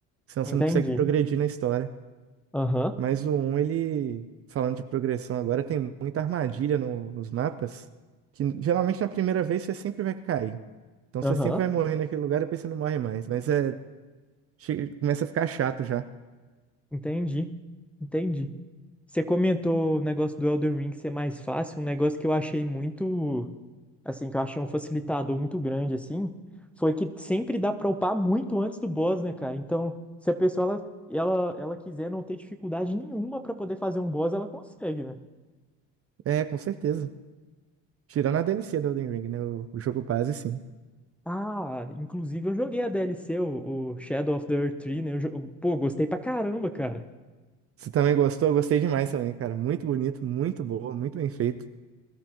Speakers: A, on the right (about 40°); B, in the centre.
A: Senão
B: Entendi.
A: você não consegue progredir na história.
B: Aham,
A: Mas o 1, ele, falando de progressão agora, tem muita armadilha no- nos mapas, que geralmente na primeira vez você sempre vai cair. Então
B: aham.
A: você sempre vai morrer naquele lugar e depois você não morre mais. Mas é, che- começa a ficar chato já.
B: Entendi. Entendi. Você comentou o negócio do Elden Ring ser mais fácil, um negócio que eu achei muito. assim, que eu achei um facilitador muito grande, assim, foi que sempre dá pra upar muito antes do boss, né, cara? Então, se a pessoa, ela, ela, ela quiser não ter dificuldade nenhuma pra poder fazer um boss, ela consegue, né?
A: É, com certeza. Tirando a DLC do Elden Ring, né? O, o jogo base, sim.
B: Ah, inclusive eu joguei a DLC, o, o Shadow of the Earth 3, né? Eu, jo- eu- pô, gostei pra caramba, cara.
A: Você também gostou? Eu gostei demais também, cara. Muito bonito, muito boa, muito bem feito.